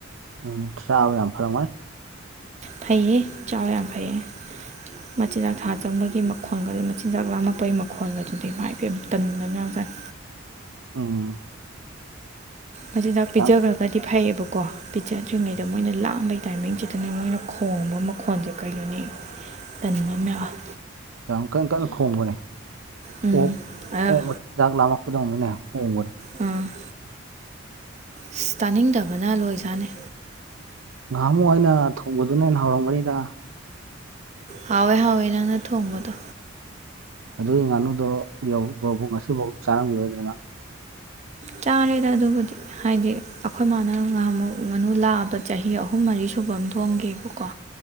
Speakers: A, on the right; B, on the right.
A: ꯎꯝ ꯆꯥꯕ ꯌꯥꯝ ꯐꯔꯝꯒꯅꯤ
B: ꯐꯩꯌꯦ ꯆꯥꯕ ꯌꯥꯝ ꯐꯩꯌꯦ ꯃꯆꯤꯟꯖꯥꯛ ꯊꯥ ꯆꯪꯕꯒꯤ ꯃꯈꯣꯟꯒꯗꯣ ꯃꯆꯤꯟꯖꯥꯛ ꯂꯥꯝꯃꯛꯄꯩ ꯃꯈꯣꯟꯒꯗꯨꯗꯤ ꯃꯥꯏ ꯄꯦꯝꯃ ꯇꯟꯕ ꯑꯃ ꯌꯥꯎꯖꯅꯤ
A: ꯎꯝ
B: ꯃꯆꯤꯟꯖꯥꯛ ꯄꯤꯖꯈ꯭ꯔꯒꯗꯤ
A: ꯌꯥꯝ
B: ꯐꯩꯌꯦꯕꯀꯣ ꯄꯤꯖꯗ꯭ꯔꯤꯉꯩꯗ ꯃꯣꯏꯅ ꯂꯥꯝꯕꯩ ꯇꯥꯏꯃꯤꯡꯁꯤꯗꯅꯦ ꯃꯣꯏꯅ ꯈꯣꯡꯕ ꯃꯈꯣꯟꯁꯦ ꯀꯩꯅꯣꯅꯤ ꯇꯟꯕ ꯑꯃ ꯌꯥꯎꯑꯦ
A: ꯌꯥꯝ ꯀꯟꯅ ꯀꯟꯅ ꯈꯣꯡꯕꯅꯦ
B: ꯎꯝ
A: ꯑꯣꯛ
B: ꯑ
A: ꯑꯣꯛ ꯃ ꯆꯛ ꯂꯥꯝꯂꯛꯄꯗꯧꯅꯅꯦ ꯈꯣꯡꯕꯅꯦ
B: ꯎꯝ ꯏꯁ ꯇꯥꯅꯤꯡꯗꯕꯅ ꯂꯣꯏꯖꯅꯦ
A: ꯉꯍꯥꯃꯨꯛ ꯑꯩꯅ ꯊꯣꯡꯕꯗꯨꯅ ꯍꯦꯟꯅ ꯍꯥꯎꯔꯝꯒꯅꯤꯗ
B: ꯍꯥꯎꯋꯦ ꯍꯥꯎꯋꯦ ꯅꯪꯅ ꯊꯣꯡꯕꯗꯣ
A: ꯑꯗꯨꯒꯤ ꯉꯥꯅꯨꯗꯣ ꯌꯧ ꯕ ꯕꯧ ꯉꯁꯤꯐꯥꯎ ꯆꯥꯔꯝꯒꯤꯔꯣꯏꯗ꯭ꯔ ꯅꯪ
B: ꯆꯥꯔꯦꯗ ꯑꯗꯨꯕꯨꯗꯤ ꯍꯥꯏꯗꯤ ꯑꯩꯈꯣꯏ ꯃꯥꯅ ꯉꯍꯥꯃꯨꯛ ꯉꯥꯅꯨ ꯂꯥꯕ ꯆꯍꯤ ꯑꯍꯨꯝ ꯃꯔꯤ ꯁꯨꯕ ꯑꯝ ꯊꯣꯡꯒꯤꯕꯀꯣ